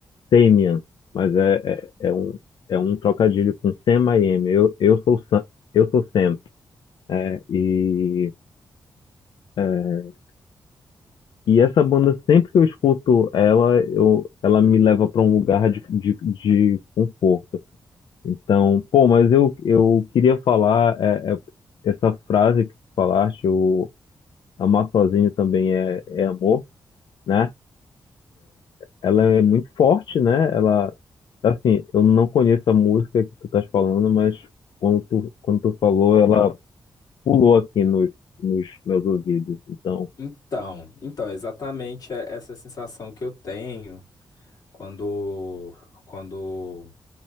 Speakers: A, on the left; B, on the left.
A: Damien, mas é, é, é um, é um trocadilho com Sam I Am. Eu, eu sou Sam, eu sou Sam. É, e, é, e essa banda, sempre que eu escuto ela, eu, ela me leva para um lugar de, de, de conforto. Então, pô, mas eu, eu queria falar é, é, essa frase que tu falaste, o amar sozinho também é, é amor, né? ela é muito forte, né? Ela, assim, eu não conheço a música que tu estás falando, mas quando tu, quando tu falou, ela pulou aqui nos, nos meus ouvidos. Então,
B: Então, então, exatamente é essa sensação que eu tenho quando quando